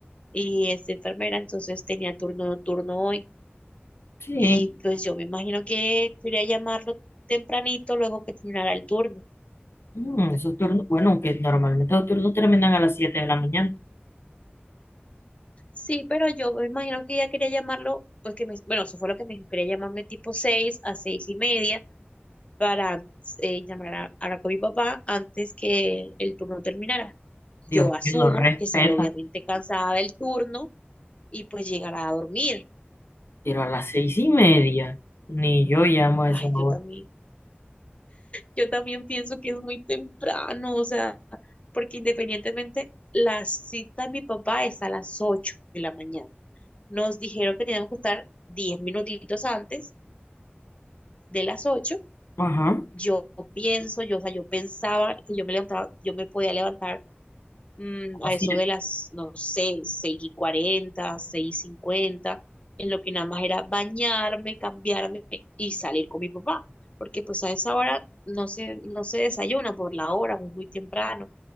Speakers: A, on the left; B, on the left.
A: y es enfermera, entonces tenía turno nocturno hoy.
B: sí,
A: Y pues yo me imagino que quería llamarlo tempranito luego que terminara el turno.
B: Mm, esos turnos, bueno, aunque normalmente los turnos terminan a las siete de la mañana.
A: Sí, pero yo me imagino que ella quería llamarlo, pues que me, bueno, eso fue lo que me dijo, quería llamarme tipo 6 a seis y media para eh, llamar a, hablar con mi papá antes que el turno terminara. Yo
B: Dios
A: asumo
B: mío, no respeta,
A: que sale obviamente cansada del turno y pues llegará a dormir.
B: pero a las seis y media, ni yo llamo a
A: Ay,
B: esa hora.
A: yo también, yo también pienso que es muy temprano, o sea, porque independientemente la cita de mi papá es a las 8 de la mañana. Nos dijeron que teníamos que estar 10 minutitos antes de las 8.
B: Ajá,
A: Yo pienso, yo, o sea, yo pensaba que yo me levantaba, yo me podía levantar mm,
B: así
A: a eso de las, no sé, seis y 40, 6 y 50, en lo que nada más era bañarme, cambiarme y salir con mi papá, porque pues a esa hora no se, no se desayuna por la hora, es muy temprano.